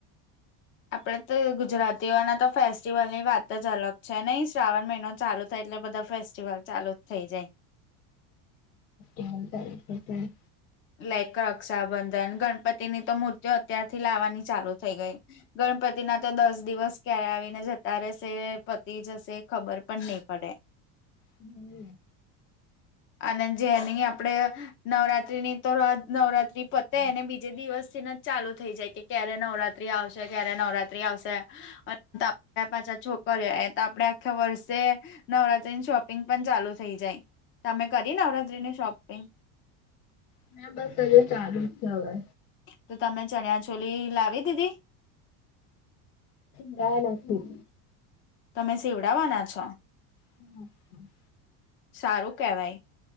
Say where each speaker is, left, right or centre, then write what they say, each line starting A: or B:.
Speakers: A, on the left; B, on the left.
A: આપડે તો ગુજરાતીઓના તો ફેસ્ટિવલ ની વાત જ અલગ છે નહી શ્રાવણ મહિનો ચાલુ થાય એટલે બધા ફે ચાલુ જ થઇ જાય.
B: એ હંતારે ત્યાં તાજ
A: લેકક રક્ષાબંધન ગણપતિ ની તો મૂર્તિઓ અત્યારથી લાવાની ચાલુ થઈ ગઈ. ગણપતિ ના તો દસ દિવસ ક્યારે આવીને જતા રેહેશે પતિ જશે ખબર પણ ની પડે. <inaudible>
B: હમ.
A: આને જેની આપડે નવરાત્રીની તોવ રાજ નવરાત્રી પતેને બીજે દિવસથી નેજ ચાલુ થઈ જાય કે, ક્યારે નવરાત્રી આવશે, ક્યારે નવરાત ટ્રે આવશે અન તાપ આપ પાછા છોકરે એ તો આપણે આખા વર્ષે નવરાત્રીન શોપિંગ પણ ચાલુ થઈ જાય તામે કરી નવરાત્રીની શોપિંગ.
B: ના, બસ હજુ ચાલુ જ છે અવે.
A: તો તમે ચણિયા ચોલી લાવી દીધી.
B: કયા લખ્યું.
A: તમે સીવડાવાના છો?
B: હમ હમ.
A: સારું કેવાય